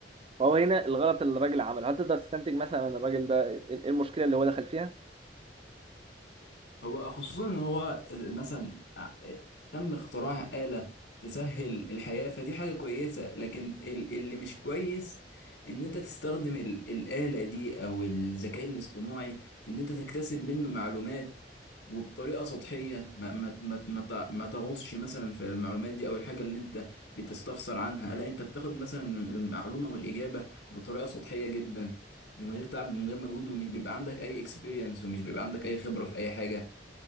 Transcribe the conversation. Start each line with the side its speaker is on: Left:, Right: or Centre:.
Right: فهو هنا الغلط اللي الراجل عمله هل تقدر تستنتج مثلا إن الراجل ده ايه إيه المشكلة اللي هو دخل فيها
Left: هو خصوصا ان هو مثلا ع- تم اختراع آلة تسهل الحياة فدي حاجة كويسة لكن ال- اللي مش كويس ان انت تستخدم ال- الآلة دي او الذكاء الاصطناعي في ان انت تكتسب منه معلومات وبطريقة سطحية ما ما ما ما ت- ما تغوصش مثلا في المعلومات دي او الحاجة اللي انت بتستفسر عنها لا انت بتاخد مثلا المعلومة والإجابة بطريقة سطحية جدا من غير تعب ومن غير مجهود ومش بيبقى عندك اي اكسبيرينس ومش بيبقى عندك اي خبرة في اي حاجة